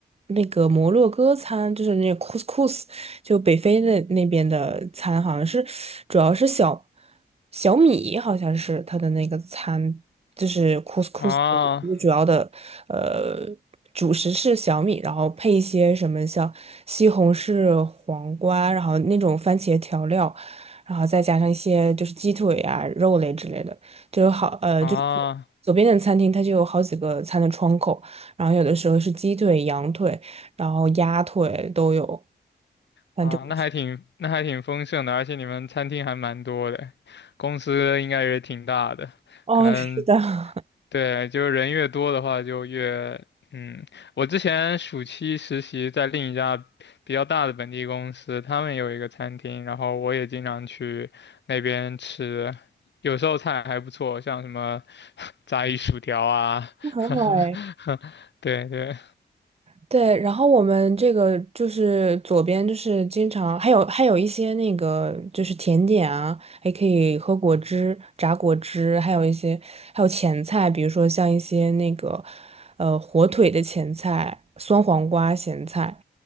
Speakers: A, on the right; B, on the left.
A: 那个摩洛哥餐，就是那 couscous，就北非的那边的餐好像是主要是小小米，好像是它的那个餐，就是 couscous
B: 啊
A: 的一个主要的呃主食是小米，然后配一些什么像西红柿、黄瓜，然后那种番茄调料，然后再加上一些就是鸡腿啊、肉类之类的，就有好呃就是
B: 啊，
A: 左边的餐厅它就有好几个餐的窗口，然后有的时候是鸡腿、羊腿。然后鸭腿都有。反正不错。
B: 啊，那还挺那还挺丰盛的，而且你们餐厅还蛮多的，公司应该也挺大的，
A: 哦，
B: 可能
A: 是的，
B: 对，就是人越多的话就越嗯，我之前暑期实习在另一家比较大的本地公司，他们有一个餐厅，然后我也经常去那边吃，有时候菜还不错，像什么 <laughs> 炸鱼薯条啊，
A: <laughs> 很好哎。
B: <laughs> 对对，
A: 对，然后我们这个就是左边就是经常还有还有一些那个就是甜点啊，还可以喝果汁、榨果汁，还有一些还有前菜，比如说像一些那个呃火腿的前菜、酸黄瓜咸菜。